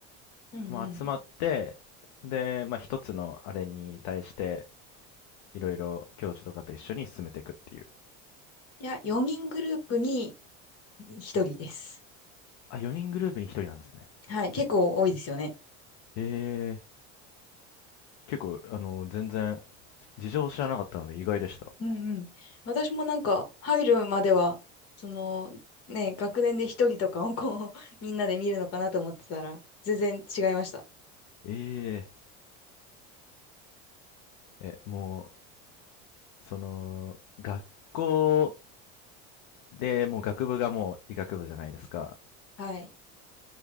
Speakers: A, on the left; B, on the left.
A: うんうん。
B: まあ集まって、で、まあ一つのあれに対して、いろいろ教授とかと一緒に進めていくっていう。
A: いや、4人グループに1人です。
B: あ、4人グループに1人なんですね。
A: はい、結構多いですよね。
B: へえー、結構、あの、全然、事情を知らなかったので意外でした。
A: うんうん。私もなんか入るまでは、そのね、学年で1人とかをこう、<laughs> みんなで見るのかなと思ってたら、全然違いました。
B: ええ、え、もう、その、学校でもう学部がもう医学部じゃないですか。
A: はい。